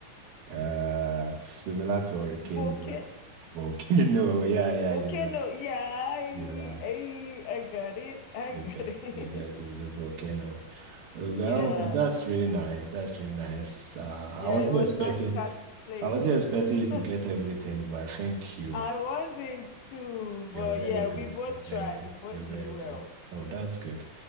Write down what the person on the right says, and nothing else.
uh similar to hurricane,
but volcano. <laughs> Yeah, yeah,
you're right.
You're right.
You're
good.
You're good.
It's a volcano. Uh, Well,
that's really nice. That's really nice. Uh,
I wasn't
expecting,
I wasn't
expecting
you to get everything, but I think you
You're
very
good.
You're
very good.
You're
very
good. Oh, that's good.